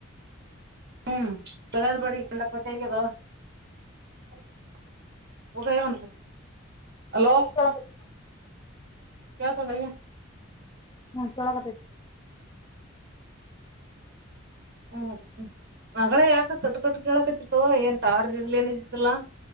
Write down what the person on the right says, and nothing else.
ಹ್ಮ್ ಒಳೆದ ಬಡಿಗೆ ಕಲ್ಲ ಪಟ್ಟೆ ಅಗಿದೇವ <inaudible> ಹೋಗ ವಾ ಹಲೋ
ಕೇಳ್ಕೊಂಡ್ ಹೋಗ್ಯಾಳ
ಹ್ಮ್ಮ ಮಗಳೇ ಯಾಕ ಕಟ್ ಕಟ್ ಕೇಳಕತ್ತತ್ವ ಏನ್ ಟಾವರ್ ಇದಿದ್ಲ ಏನ ಇದತ್ತಲಾ